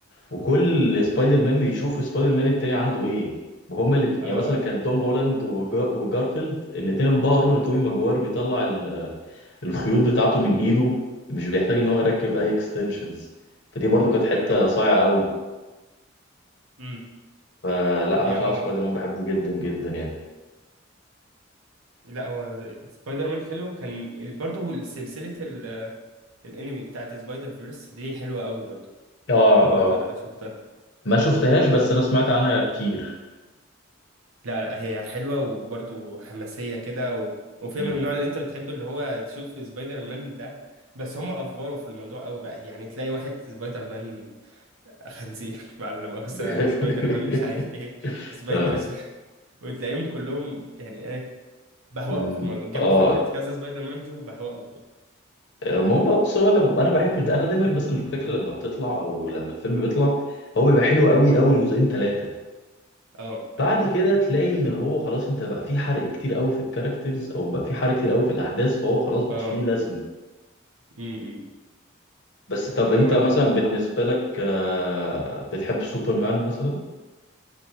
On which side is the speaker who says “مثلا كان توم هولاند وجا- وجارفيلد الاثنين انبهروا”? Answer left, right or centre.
Left